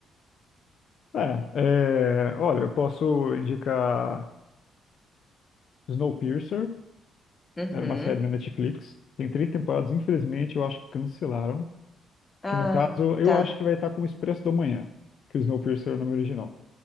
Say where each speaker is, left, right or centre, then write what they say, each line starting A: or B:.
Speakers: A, on the left; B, on the left.
A: É, é, olha, eu posso indicar Snowpiercer,
B: Uhum.
A: era uma série na Netflix, tem três temporadas, infelizmente eu acho que cancelaram,
B: Ah,
A: que no caso eu
B: tá.
A: acho que vai estar como Expresso do Manhã, que o Snowpiercer é o nome original.